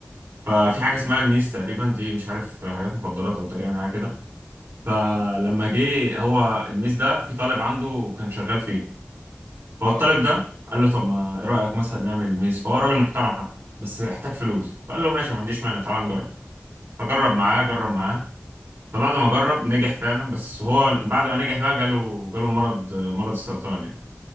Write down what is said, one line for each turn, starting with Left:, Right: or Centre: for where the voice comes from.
Right: ففي حاجة
Left: امم
Right: اسمها الميس تقريبا دي مش عارف حاجات مخدرات أو تقريبا حاجة كده فلما
Left: اه
Right: جه هو الميس ده في طالب عنده كان شغال فيه فالطالب
Left: اه
Right: ده قال له طب ما ايه رايك مثلا نعمل الميز فهو راجل محترم حتى بس يحتاج فلوس فقال له ماشي ما عنديش مانع تعال نجرب فجرب معاه جرب معاه فبعد ما جرب نجح فعلا بس هو بعد ما نجح بقى جاله جاله مرض مرض السرطان يعني